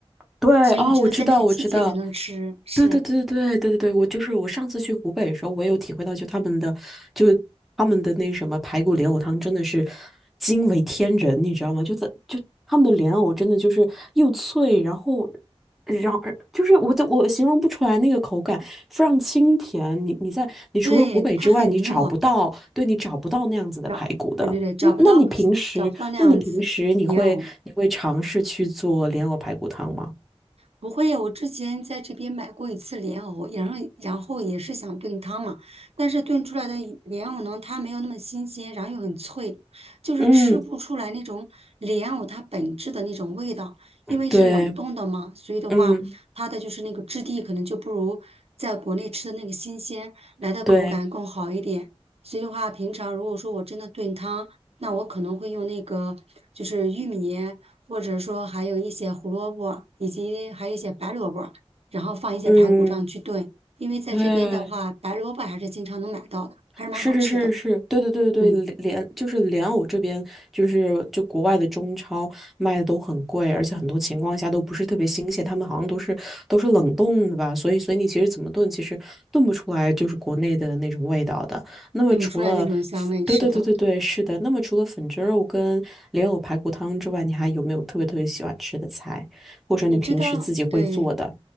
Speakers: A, in the centre; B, on the right (about 70°).
A: 对，
B: 所以你只有在那个季节才能吃。
A: 啊，我知道，我知道，
B: 是，
A: 对对对对对对对，我就是我上次去湖北的时候，我也有体会到，就他们的，就是他们的那什么排骨莲藕汤真的是惊为天人，你知道吗？就在就他们的莲藕真的就是又脆，然后然后就是我都我形容不出来那个口感，非常清甜。你你在你除了湖北之外，
B: 对，它很糯，
A: 你找不到，对你找不到那样子的排骨的。
B: 找，对对对，找不到，
A: 那那你平时，
B: 找不到那样子莲藕。
A: 那你平时你会你会尝试去做莲藕排骨汤吗？
B: 不会，我之前在这边买过一次莲藕，然后然后也是想炖汤嘛，但是炖出来的一莲藕呢，它没有那么新鲜，然后又很脆，就是吃不出来那种莲藕它本质的那种味道，
A: 嗯，
B: 因为是冷冻的嘛，
A: 对，
B: 所以的话，
A: 嗯，
B: 它的就是那个质地可能就不如在国内吃的那个新鲜来的口感更好一点。
A: 对，
B: 所以的话，平常如果说我真的炖汤，那我可能会用那个就是玉米。或者说还有一些胡萝卜，以及还有一些白萝卜，然后放一些排骨这样去炖。
A: 嗯，
B: 因为在这边的话，
A: 对，
B: 白萝卜还是经常能买到的，还是蛮好吃的。
A: 是是是是，对对对对，
B: 嗯，
A: 对莲就是莲藕这边，就是就国外的中超卖的都很贵，而且很多情况下都不是特别新鲜，他们好像都是都是冷冻的吧，所以所以你其实怎么炖，其实炖不出来就是国内的那种味道的。那么除了粉对对对对对，
B: 炖不出来那种香味。是的，
A: 是的，那么除了粉蒸肉跟莲藕排骨汤之外，你还有没有特别特别喜欢吃的菜，或者你平时自己会做的？
B: 你知道，对，